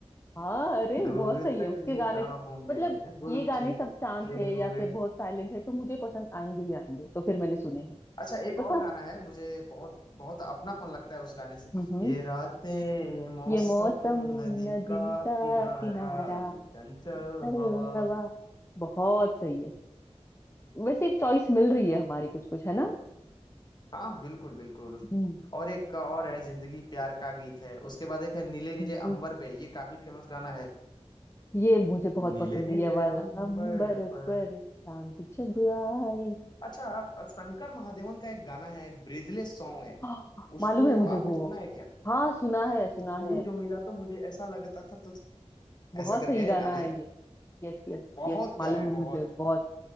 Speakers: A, on the left (about 25°); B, on the left (about 40°).
A: हाँ अरे
B: दूर
A: बहुत सही
B: तक
A: है उसके
B: निगाहों
A: गाने तो
B: में
A: मतलब
B: है गुल
A: ये गाने
B: खिले
A: सब शांत है
B: हुए
A: या फिर बहुत साइलेंट है तो मुझे पसंद आएंगे ही आएंगे तो फिर मैंने सुने हैं
B: अच्छा एक
A: बस
B: और
A: हाँ
B: गाना है मुझे बहुत बहुत अपनापन लगता है उस गाने से
A: हम्म
B: ये रातें ये मौसम
A: ये मौसम
B: नदी
A: नदी
B: का
A: का
B: किनारा
A: किनारा चंचल
B: ये चंचल हवा
A: हवा बहुत सही है वैसे चॉइस मिल रही है हमारी कुछ कुछ है ना
B: हाँ बिल्कुल बिल्कुल
A: हम्म,
B: और एक और है जिंदगी प्यार का गीत है उसके बाद एक है नीले नीले
A: हम्म,
B: अंबर पे ये काफी फेमस गाना है
A: ये मुझे बहुत
B: नीले
A: पसंद है
B: नीले
A: ये वाला
B: अंबर
A: अंबर
B: पर
A: पर चांद जब आए
B: अच्छा शंकर महादेवन का एक गाना है ब्रीदले सॉन्ग है
A: हाँ मालूम
B: उसको
A: है मुझे
B: आपने
A: वो
B: सुना है क्या
A: हाँ सुना है सुना
B: कोई
A: है
B: जो मिला तो मुझे ऐसा लगता था तो
A: बहुत
B: ऐसा करके
A: सही गाना
B: है गाना
A: है
B: एक
A: ये यस यस
B: बहुत
A: यस मालूम
B: प्यारा है
A: है मुझे
B: बहुत
A: बहुत